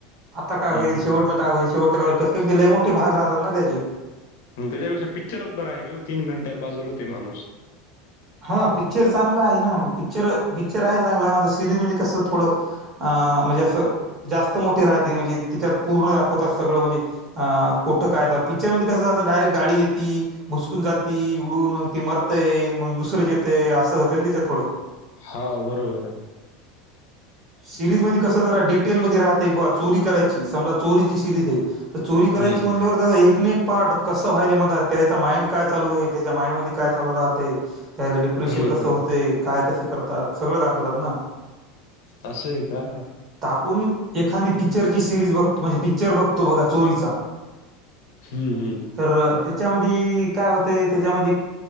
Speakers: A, on the right; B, on the left.
A: आता
B: हम्म
A: काय होईल शेवटलं काय होईल शेवटलं काय होईल कसं क ते लय मोठी भाग राहतात ना त्याची.
B: मग त्याच्यापेक्षा पिक्चरच बर आहे कि ओ तीन घंट्यात बाजूला होतोय माणूस.
A: हा पिच्चर चांगलं आहे ना, मग पिक्चर, पिक्चर आहे चांगला म सिरीज म्हणजे कसं थोडं. आ म्हणजे असं जास्त मोठी राहते म्हणजे त्याच्यात पूर्ण दाखवतात सगळं म्हणजे. हा कुठं काय पिक्चर मध्ये कसं अस डायरेक्ट गाडी येते. भुसकून जाती उडून मग ती मरतय मग दुसरंच येतय असं होतंय त्याच्यात थोडं
B: हा बरं बरं.
A: सिरीज मध्ये कस जरा डिटेल मध्ये राहते एक बो चोरी कराय समजा चोरीची सिरीज तर चोरी
B: हम्म
A: करायची
B: हम्म
A: म्हणाल्यावर एक न एक प्ट कसं व्हायलय मदात त्याचा माइंड काय चालू आहे त्याच्या माइंड मध्ये काय चालू राहतय. त्यावेला डिप्रेशन
B: हम्म
A: कसं
B: हम्म
A: होतय काय कसं करतात सगळं दाखवतात ना.
B: असंय का.
A: ताकून एखादी पिक्चर ची सिरीज बघतो म्हणजे पिक्चर बघतो बघा चोरीचा.
B: हम्म हम्म.
A: तर त्याच्यामध्ये काय होते त्याच्यामध्ये